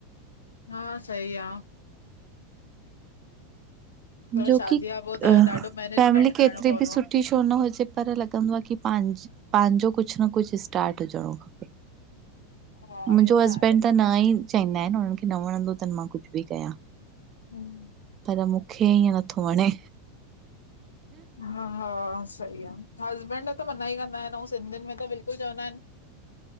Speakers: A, on the left; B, on the right.
A: हा सईी आ। पर
B: जोकि
A: शादी खां पो त
B: अ
A: ॾाढो मैनेजमेंट
B: फैमिली
A: करणो
B: केतिरी
A: पवंदो
B: बि सुठी
A: आ।
B: छो न हुजे पर लॻंदो आ कि पंहांजो पंहांजो कुछु न कुछु स्टार्ट हुजणो खपे।
A: हा
B: मुंहिंजो
A: हे त
B: हसबैंड
A: आहे।
B: त न ई चंइंदा आहिन, हुननि खे न वणंदो अथनि मां कुछु बि कयां।
A: हम्म
B: पर मूंखे ईअं नथो वंणे।
A: हा हा सही आ, हसबैंड त मना ई कंदा आहिन, ऐं सिंधियुनि में त बिल्कुलु चवंदा आहिन